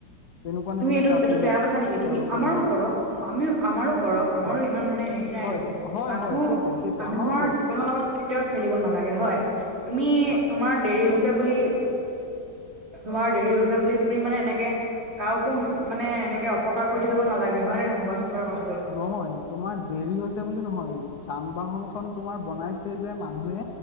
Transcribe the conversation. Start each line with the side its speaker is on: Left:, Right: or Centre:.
Left: তেনেকুৱা নিচিনা
Right: তুমি এইটো
Left: তাত
Right: এইটো
Left: মানে
Right: বেয়া পাইছা নেকি
Left: তেওঁলোকে
Right: তুমি, আমাৰো
Left: মানে
Right: কৰক আমিও আমাৰো কৰক। আমাৰো
Left: হয়
Right: ইমান মানে হেৰি নাইতো
Left: হয় হয়
Right: মানুহ
Left: হয় সেইটোৱে সেইটোৱে
Right: মানুহৰ
Left: আমাৰো কৰক
Right: জীৱনৰ লগত কেতিয়াও খেলিব নালাগে হয়, তুমি
Left: হয়
Right: তোমাৰ দেৰি হৈছে বুলি তোমাৰ দেৰি হৈছে বুলি তুমি মানে এনেকে কা'কোম মানে এনেকে অপকাৰ কৰি থাকিব নালাগে হয়নে নহয় কোৱাচোন বাৰু কথাটো?
Left: নহয় তোমাৰ দেৰি হৈছে বুলি নহয় যান-বাহনখন তোমাৰ বনাইছে যে মানুহে